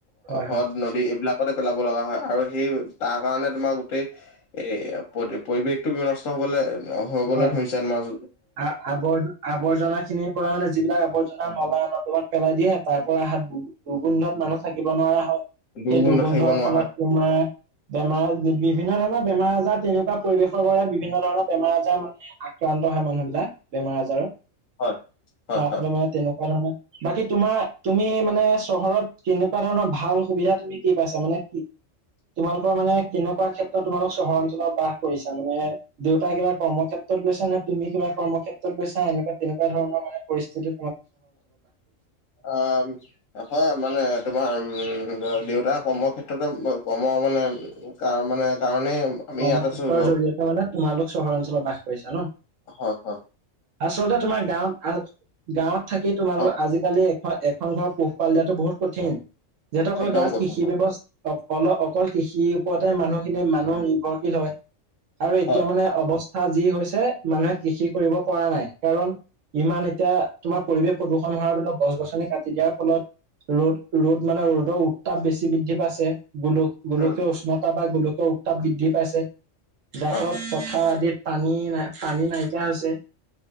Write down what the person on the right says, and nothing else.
হয়
হয়
হয়
আ আৱৰ আৱৰ্জনা খিনিৰ পৰা মানে যিবিলাক আৱৰ্জনা নলা নৰ্দমাত পেলাই দিয়ে তাৰ পৰা অহা দু দুৰ্গন্ধত মানুহ থাকিব নোৱাৰা হয়,
সেই দুৰ্গন্ধৰ
ফলত
তোমাৰ বেমাৰ বি- বিভিন্ন ধৰণৰ বেমাৰ আজাৰ তেনেকুৱা পৰিৱেশৰ পৰা বিভিন্ন ধৰণৰ বেমাৰ আজা <inaudible> মানে আক্ৰান্ত হয় মানুহবিলাক বেমাৰ আজাৰত,
তাৰ
ফালে মানে তেনেকুৱা ধৰণৰ বাকী তোমাৰ তুমি মানে চহৰত কেনেকুৱা ধৰণৰ ভাল সুবিধা তুমি কি পাইছা মানে কি তোমালোকৰ মানে কেনেকুৱা ক্ষেত্ৰত তোমালোক চহৰ অঞ্চলত বাস কৰিছা মানে দেউতাই কিবা কৰ্মক্ষেত্ৰত গৈছা নে তুমি কিবা কৰ্মক্ষেত্ৰত গৈছা এনেকুৱা তেনেকুৱা ধৰণৰ মানে পৰিস্থিতি
কৰ্মশেত্ৰৰ
জৰিয়তে মানে তোমালোক চহৰ অঞ্চলত বাস কৰিছা ন'।
আচলতে তোমাৰ গাঁৱত আ- গাঁৱত থাকি তোমালোক
আজিকালি হয় এখন ঘৰৰ পোহপাল দিয়াতো বহুত কঠিন। যিহেতু অকল
গাঁৱত
কৃষি
ব্যৱস্থা অল অকল কৃষিৰ ওপৰতে মানুহখিনি মানুহ <unintelligible> হয়, আৰু এতিয়া
মানে অৱ <unintelligible> যি হৈছে মানুহে কৃষি কৰিব পৰা নাই কাৰণ ইমান এতিয়া তোমাৰ পৰিৱেশ প্ৰদূষণ <unintelligible> গছ -গছনি কাটি দিয়াৰ ফলত ৰ'দ ৰ'দ মানে ৰ'দৰ উত্তাপ বেছি বৃদ্ধি পাইছে। গোল গোলকীয়
উষ্ণতা বা গোলকীয় উত্তাপ বৃদ্ধি পাইছে যাৰ
ফলত পথাৰ আদিত পানী নাই পানী নাইকিয়া হৈছে,